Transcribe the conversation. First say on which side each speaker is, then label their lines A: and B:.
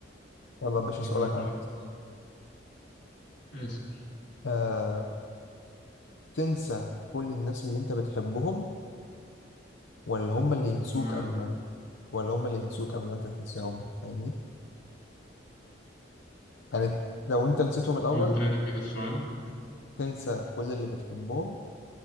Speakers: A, on the left; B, on the left.
A: والله يا باشا
B: جميل
A: اسالك عن
B: رأيك اسأل
A: آه تنسى كل الناس اللي انت بتحبهم ولا هم اللي ينسوك
B: تمام
A: قبل ما ولا هم اللي ينسوك قبل ما انت تنساهم فاهمني يعني لو انت نسيتهم الاول
B: قول تاني كده السؤال
A: تنسى كل اللي بتحبهم